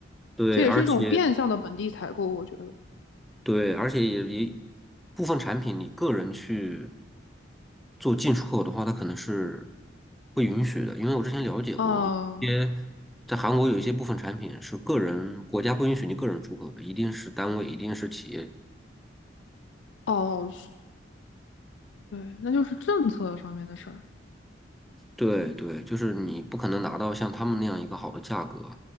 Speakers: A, in the centre; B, on the left.
A: 对，
B: 这也是一种变相的本地采购，
A: 而且
B: 我觉得。
A: 对，而且也也部分产品，你个人去做进出口的话，它可能是不允许的，因为我之前了解过，
B: 啊，
A: 一些在韩国有一些部分产品是个人国家不允许你个人出口的，一定是单位，一定是企业。
B: 哦，是，对，那就是政策上面的事儿，
A: 对对，就是你不可能拿到像他们那样一个好的价格。